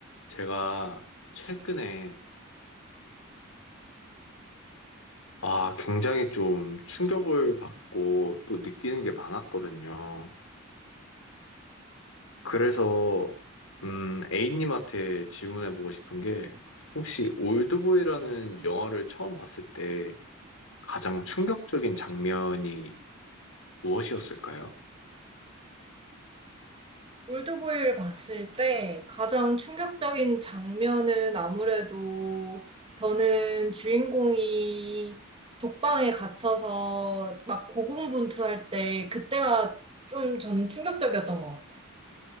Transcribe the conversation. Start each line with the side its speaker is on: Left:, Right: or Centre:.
Left: 제가 최근에 아, 굉장히 좀 충격을 받고 또 느끼는 게 많았거든요. 그래서 음, A님한테 질문해 보고 싶은 게 혹시 올드보이라는 영화를 처음 봤을 때 가장 충격적인 장면이 무엇이었을까요?
Right: 올드보이를 봤을 때 가장 충격적인 장면은 아무래도 저는 주인공이 독방에 갇혀서 막 고군분투할 때 그때가 좀 저는 충격적이었던 것 같아요.